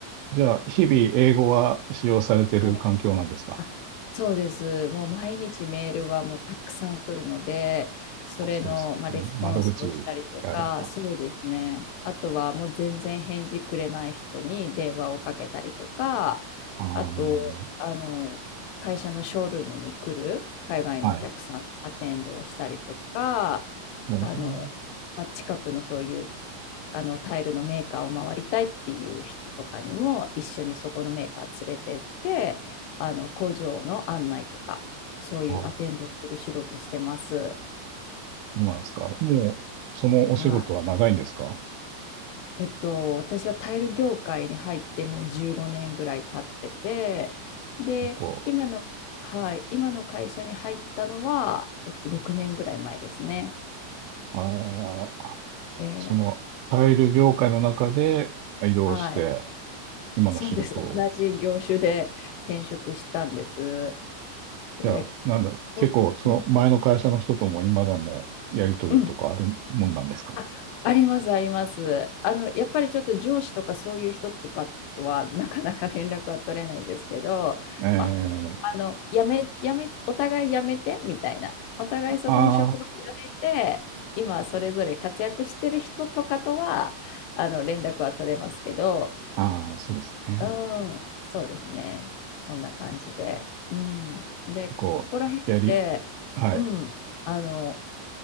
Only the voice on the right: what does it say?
じゃあ、日々英語は使用されてる環境なんですか
あそうですね。
窓口であれば。
あー、
はい。
えー
あ、そうなんですか。もう、そのお仕事は長いんですか
結構。
あー、
その、タイル業界の中で移動して、
今の仕事を。
じゃあ、なんだろう、結構、
その前の会社の人とも今でもやりとりとかあるもんなんですか
ええ
あ
あ、ああ、そうですね。
結構、
やり、はい。